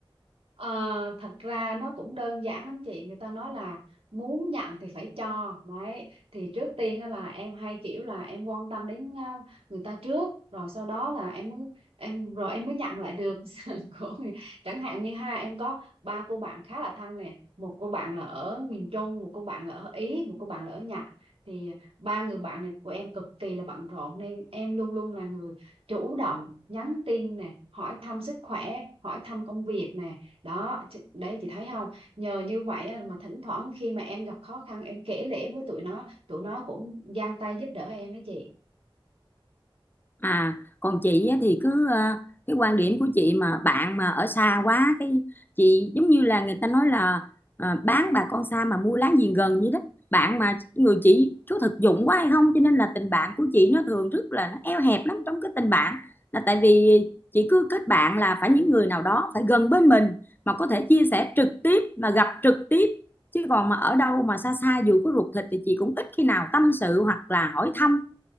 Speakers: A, on the right; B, on the left.
A: Ờ, thật ra nó cũng đơn giản lắm chị người ta nói là muốn nhận thì phải cho đấy thì trước tiên á là em hay kiểu là em quan tâm đến ờ, người ta trước rồi sau đó là em mới em rồi em mới nhận lại được <laughs> sự của người chẳng hạn như ha em có ba cô bạn khá là thân nè một cô bạn là ở miền Trung một cô bạn là ở Ý một cô bạn là ở Nhật thì ba người bạn này của em cực kỳ là bận rộn nên em luôn luôn là người chủ động nhắn tin nè hỏi thăm sức khỏe hỏi thăm công việc nè đó ch- đấy chị thấy không nhờ như vậy á, mà thỉnh thoảng khi mà em gặp khó khăn em kể lể với tụi nó tụi nó cũng giang tay giúp đỡ em đó chị
B: À, còn chị á thì cứ ờ, cái quan điểm của chị mà bạn mà ở xa quá cái chị giống như là người ta nói là ờ, bán bà con xa mà mua láng giềng gần vậy đó. Bạn mà người chị có thực dụng quá hay không cho nên là tình bạn của chị nó thường rất là nó eo hẹp lắm trong cái tình bạn là tại vì chị cứ kết bạn là phải những người nào đó phải gần bên mình mà có thể chia sẻ trực tiếp mà gặp trực tiếp chứ còn mà ở đâu mà xa xa dù có ruột thịt thì chị cũng ít khi nào tâm sự hoặc là hỏi thăm